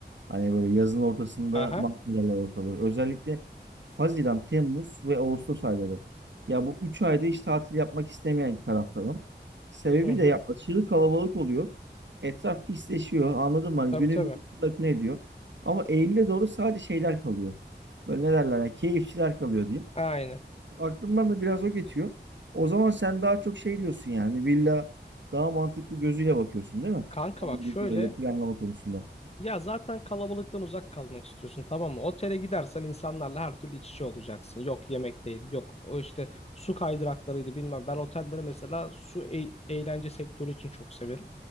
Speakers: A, on the right (about 85°); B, on the left (about 35°).
A: Hani böyle yazın ortasında
B: Aha.
A: mahvedenler ortalığı. Özellikle Haziran, Temmuz ve Ağustos ayları. Ya bu üç ayda hiç tatil yapmak istemeyen taraftarım. Sebebi
B: Hı hı.
A: de ya aşırı kalabalık oluyor. Etraf pisleşiyor. Anladın mı? Hani
B: Tabii
A: güne
B: tabii.
A: bir akın ediyor. Ama Eylül'e doğru sadece şeyler kalıyor. Böyle ne derler? ya, keyifçiler kalıyor diyeyim.
B: Aynen.
A: Aklımdan da biraz o geçiyor. O zaman sen daha çok şey diyorsun yani. Villa daha mantıklı gözüyle bakıyorsun değil mi?
B: Kanka
A: Anladığım
B: bak şöyle
A: kadarıyla planlama konusunda.
B: ya zaten kalabalıktan uzak kalmak istiyorsun tamam mı? Otele gidersen insanlarla her türlü iç içe olacaksın. Yok yemekteydi, yok o işte su kaydıraklarıydı bilmem. Ben otelleri mesela su e- eğlence sektörü için çok severim.